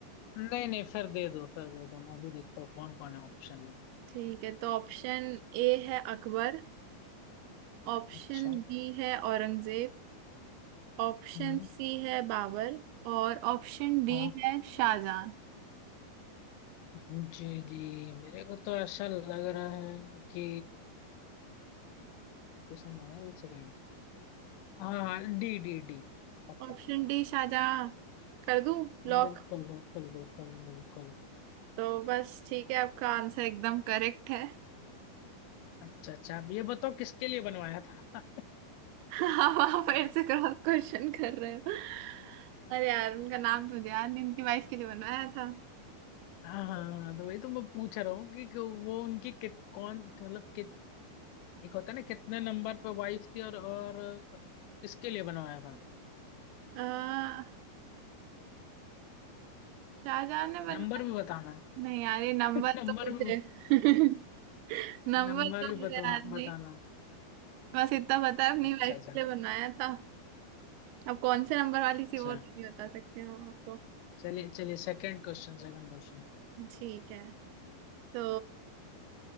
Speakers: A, on the left; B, on the right.
A: नहीं नहीं फिर दे दो फिर दे दो मैं भी देखता हूँ कौन कौन है ऑप्शन में
B: ठीक है तो ऑप्शन ए है अकबर ऑप्शन
A: अच्छा
B: बी है औरंगजेब ऑप्शन
A: हम्म
B: सी है बाबर और ऑप्शन डी
A: हाँ
B: है शाहजहां
A: जी जी मेरे को तो ऐसा लग रहा है कि लोकेशन मांगा एक सेकेंड हाँ हाँ डी डी डी पक्का
B: ऑप्शन डी शाहजहां कर दूं लॉक
A: बिल्कुल बिल्कुल बिल्कुल बिल्कुल
B: तो बस ठीक है आपका आंसर एकदम करेक्ट है
A: अच्छा अच्छा अब ये बताओ किसके लिए बनवाया था <laughs>
B: <laughs> अब आप फिर से क्रॉस क्वेश्चन कर रहे हो अरे यार उनका नाम तो मुझे याद नहीं उनकी वाइफ के लिए बनवाया था
A: हाँ हाँ हाँ, तो वही तो मैं पूछ रहा हूँ कि, कि वो उनकी कित कौन मतलब कित एक होता है ना कितने नंबर पे वाइफ थी और और किसके लिए बनवाया
B: आ, शाहजहां ने बनवाया
A: नंबर भी बताना है
B: नहीं यार ये नंबर
A: <laughs> नंबर
B: तो मुझे
A: भी
B: <laughs> नंबर
A: नंबर
B: तो
A: भी
B: मुझे
A: बतवा
B: याद नहीं
A: बताना है
B: बस इतना पता है अपनी
A: अच्छा
B: वाइफ
A: अच्छा
B: के लिए बनवाया था अब कौन से नंबर वाली थी
A: अच्छा
B: वो तो नहीं बता सकते हम आपको
A: चलिए चलिए सेकंड क्वेश्चन सेकंड क्वेश्चन
B: ठीक है तो